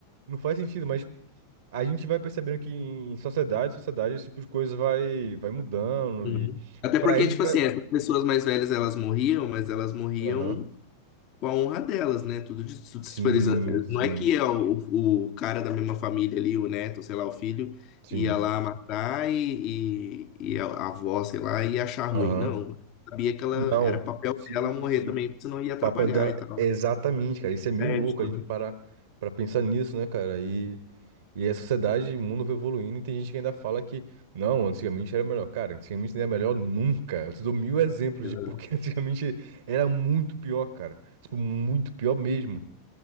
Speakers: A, on the right; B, on the left.
A: não faz sentido, mas a gente vai percebendo que em sociedade, sociedade, esse tipo de coisa vai, vai mudando
B: Uhum.
A: e
B: Até
A: pra
B: porque,
A: eles...
B: tipo
A: Pra...
B: assim, essas pessoas mais velhas, elas morriam, mas elas morriam
A: Aham.
B: com a honra delas, né? Tudo de tudo
A: Sim,
B: se parisa-
A: sim,
B: Não é que é o, o cara da mesma família ali, o neto, sei lá, o filho,
A: sim.
B: ia lá matar e, e, e a a avó, sei lá, ia achar ruim.
A: Aham.
B: Não. Sabia que ela
A: Não.
B: era papel
A: Sim,
B: dela morrer
A: sim.
B: também,
A: O
B: porque senão ia atrapalhar
A: papel dela,
B: e tal.
A: exatamente, cara. Isso é meio
B: É
A: louco
B: ético,
A: a gente
B: né?
A: parar pra pensar nisso, né, cara? E, e a sociedade, o mundo vai evoluindo e tem gente que ainda fala que, não, antigamente era melhor. Cara, antigamente não era melhor nunca. Eu te dou mil exemplos
B: Exato.
A: de porque <laughs> antigamente era muito pior, cara. Tipo, muito pior mesmo.